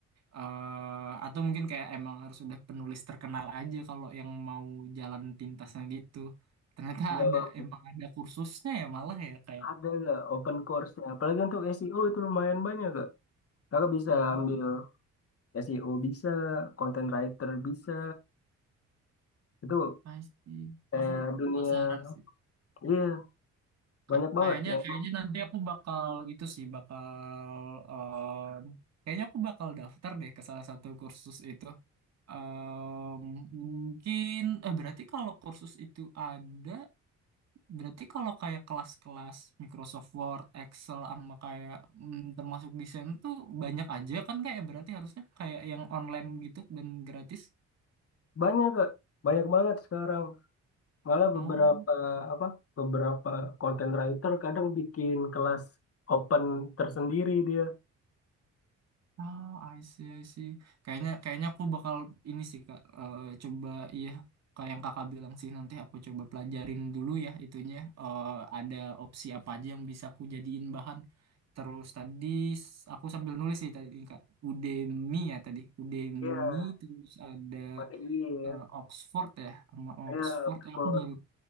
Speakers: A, on the right; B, on the left.
A: Eh atau mungkin kayak emang harus udah penulis terkenal aja kalau yang mau jalan pintasnya gitu. Ternyata
B: nggak
A: ada
B: bagus.
A: emang ada kursusnya ya malah ya kayak.
B: ada gak open course-nya? Apalagi untuk SEO itu lumayan banyak gak? Kakak bisa
A: Hmm,
B: ambil SEO bisa, content writer bisa, itu
A: pasti.
B: eh,
A: Aku
B: dunia,
A: penasaran sih.
B: iya banyak
A: Ka-
B: banget
A: Kayaknya
B: yang
A: kayaknya nanti aku bakal itu sih bakal em, kayaknya aku bakal daftar deh ke salah satu kursus itu. Em, mungkin eh berarti kalau kursus itu ada, berarti kalau kayak kelas-kelas Microsoft Word, Excel sama kayak mm, termasuk desain tuh banyak aja kan kayak berarti harusnya kayak yang online gitu dan gratis.
B: banyak kak, banyak banget sekarang. Malah
A: Oh.
B: beberapa apa, beberapa content writer kadang bikin kelas open tersendiri dia.
A: Oh, I see, I see. Kayaknya, kayaknya aku bakal ini sih kak. eh, coba iya, kayak yang kakak bilang sih nanti aku coba pelajarin dulu ya itunya. eh, ada opsi apa aja yang bisa aku jadiin bahan. Terus tadi s- aku sambil nulis sih tadi ini kak. Udemy ya tadi. Udemy
B: Iya,
A: terus ada
B: pakai iya,
A: eh,
B: ya.
A: Oxford ya sama Oxford.
B: iya, Oxford.
A: Eh, aku baru